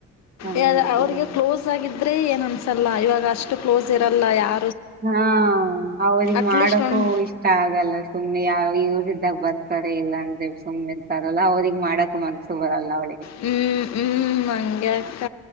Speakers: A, on the right (about 30°); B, on the left (about 60°).
A: ಹ್ಮ್
B: ಎ
A: ಅಪ್ಪಿ
B: ಆದವರಿಗೆ ಕ್ಲೋಸ್ ಆಗಿದ್ದ ಆದ್ರೆ ಏನ್ ಅನ್ಸಲ್ಲ ಇವಾಗ ಅಷ್ಟು ಕ್ಲೋಸ್ ಇರಲ್ಲ ಯಾವ
A: ಹಾ ಅವ್ರಿಗೆ
B: ಅಟ್ಲೀಸ್ಟ್
A: ಮಾಡಕೂ
B: ಒಂದು
A: ಇಷ್ಟ ಆಗಲ್ಲ ಸುಮ್ನೆ ಯಾವ ಇವ ಇದಿದ್ದಾಗ ಬರ್ ರ್ತಾರೆ ಇಲ್ಲ ಅಂದ್ರೆ ಸುಮ್ನೆ ಇರ್ತಾರಲ್ಲ ಅವ್ರಿಗೆಗ್ ಮಾಡಕ್ ಮನ್ಸು ಬರಲ್ಲ ಅವಳಿಗೆ
B: ಹ್ಮ್ ಹ್ಮ್ ಮಂಗಗೆ ಅಕ್ಕ